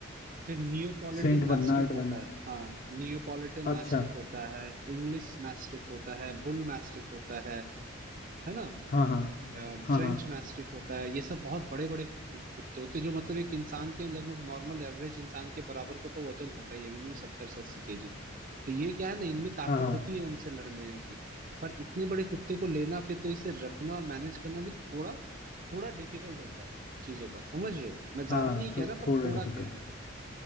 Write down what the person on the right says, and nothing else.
फिर नियोपॉलिटन
मैस्टिफ
होता
है हाँ नियोपॉलिटन
मैस्टिफ होता है इंग्लिश मैस्टिफ होता है बुल मैस्टिफ होता है है ना
फ्रेंच
मैस्टिफ होता है ये सब बहुत बड़े बड़े कुत्ते होते हैं जो मतलब एक इंसान के लगभग नॉर्मल एवरेज इंसान के बराबर का तो वजन होता है ये मिनिमम सत्तर से अस्सी केजी तो ये क्या है ना इनमें ताकत
होती है उनसे लड़ने की पर इतने बड़े कुत्ते को लेना फिर तो इसे रखना और मैनेज करना भी थोड़ा थोड़ा डिफिकल्ट होता है चीजों का समझ रहे हो मैं ज्यादा
नहीं
कह रहा पर
थोड़ा
कह रहा हूँ